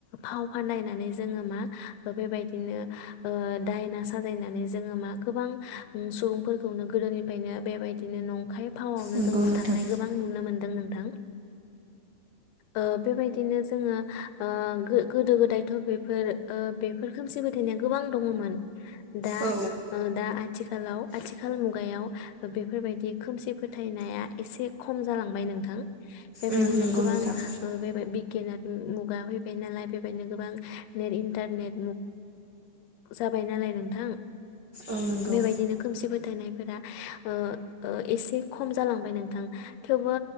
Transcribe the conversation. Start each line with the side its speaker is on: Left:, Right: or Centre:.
Left: फाव फान्दायनानै जोङो मा बेबायदिनो ओ दायना साजायनानै जोङो मा गोबां सुबुंफोरखौनो गोदोनिफ्रायनो बेबायदिनो नंखाय फावआवनो
Right: नंगौ
Left: जों बुथारनाय
Right: नोंथां
Left: गोबां नुनो मोनदों नोंथां ओ बेबायदिनो जोङो ओ गोदो गोदायथ बेफोर ओ बेफोर खोमसि फोथायनाया गोबां दङमोन दा
Right: औ
Left: ओ दा आथिखालाव आथिखाल मुग मुगायाव बेफोरबायदि खोमसि फोथायनाया एसे खम जालांबाय नोंथां। बेबायदिनो
Right: नंगौ
Left: गोबां
Right: नोंथां
Left: ओ बे बि गिनात मुगा फैबाय नालाय बेबायदिनो गोबां नेट इन्टारनेट जाबाय नालाय नोंथां
Right: औ नंगौ
Left: बेबायदिनो खोमसि फो फोथायनायफोरा ओ ओ एसे खम जालांबाय नों नोंथां थेवबो